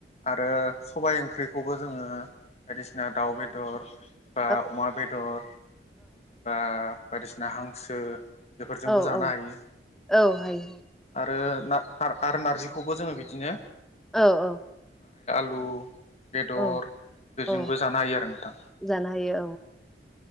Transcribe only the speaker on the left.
आरो सबाय ओंख्रिखौबो जोङो बायदिसिना दाउ बेदर <inaudible>
बा अमा बेदर बा बायदिसिना हांसो बेफोरजोंबो
जानो
हायो
आरो ना आर आरो नारजिखौबो जोङो बिदिनो
लु बेदर
बेजोंबो
जानो हायो आरो नोंथां।